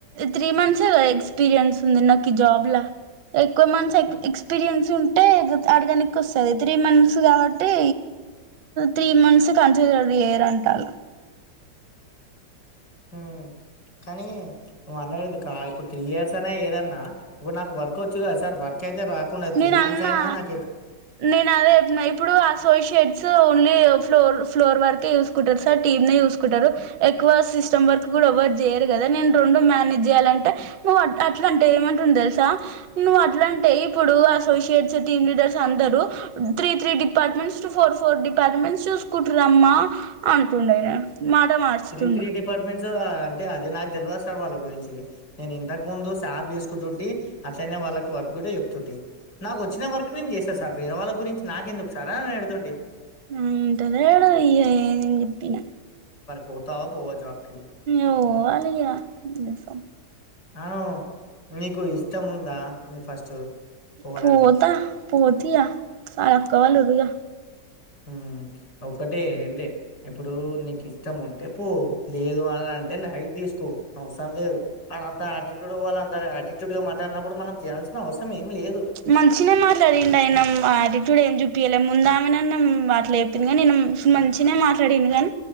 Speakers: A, on the right; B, on the left.
A: త్రీ మంత్స్ ఎక్స్పీరియన్స్ ఉంది నాకు జాబ్ ఎక్కువ మంత్స్ ఎక్
B: ఉమ్
A: ఎక్స్పీరియన్స్ ఉంటే అడగడానికి వస్తుంది త్రీ మంత్స్ కాబట్టి త్రీ మంత్స్ కంట ఏరు అంటాల
B: హ కానీ మనదు ఇప్పుడు త్రీ ఇయర్స్ అనే ఏదన్నా ఇప్పుడు నాకు వర్క్ వచ్చు కదా సార్ వర్క్ అయితే కు
A: నేను
B: మనసానా
A: అన్నా
B: నాక
A: నేను అదే చెప్పిన ఇప్పుడు అసోషియేట్స్ ఓన్లీ ఫ్లోర్ ఫ్లోర్ వరకే చూసుకుంటారు సార్ టీమ్ న చూసుకుంటారు ఎక్కువ సిస్టమ్ వర్క్ కూడావరు చేయరు కదా నేను ర మేనేజ్ చేయాలంటే నువ్ అట్లా అంటే ఏమంటుంది తెలుసా నువ్వు అట్లా అే ఇప్పుడు అసోసియేట్స్ టీమ్ లీడర్స్ అందరు three three departments four four departments చూసుకుంటురమ్మా అంటుండు ఆయన మాట మార్చుతుండు
B: త్రీ త్రీ డిపార్ట్మెంట్స్ అంటే అదే నాకు తెలివా సార్ వాళ్ళ గురించి నేను ఇంతకు ముందు సాాప్ తీసుకుంటుటి అతనే వాళ్ళకి వర్క్ కూడా చె నాకు వచ్చిన వరకు నేను చేసాను సార్ వీర వాళ్ళ గురించి నాకెందుకు సారా నే ఎడుతుండడి
A: ంటద ఏడుయ ఏ చెప్పిన
B: పోతా పో అజాప్
A: ఓ అలాగసం
B: అను మీీకు ఇష్టం ఉందా ఫస్ట్ పోవాలని
A: పోోత ఆ పోతి ఆ సాలాక్కవాళ వవుగా
B: హ ఒకటే ఏంటి ఇప్పుడు నీకు ఇష్టం ఉంటే పో లేదు అని అంటే లైట్ తీసుకు అవసరం లేదు అ అంత ఆటిట్యూడ్ వాళ్ళ అంత ఆటిట్యూడ్ గా మాట్లాడినప్పుడు మనం చేయాల్సిన అవసరం లేదు
A: మనుషిన మారిలా అడిండయిన ఆ ఇప్పుడు ఏం చూప్పించలే ముందా ఆమె మాట్లా చెపోింది కానీ నేను మంచిినే మాట్లాడిను గాని